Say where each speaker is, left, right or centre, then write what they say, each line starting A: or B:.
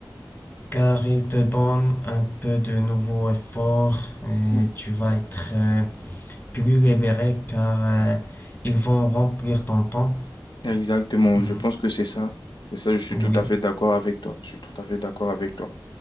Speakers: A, on the left; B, on the left.
A: car ils te donnent un peu de nouveaux efforts et
B: Mm.
A: tu vas être euh, plus libéré car euh, ils vont remplir ton temps.
B: Exactement.
A: Mm,
B: Je pense que c'est ça. C'est ça, je suis
A: Oui.
B: tout à fait d'accord avec toi. Je suis tout à fait d'accord avec toi.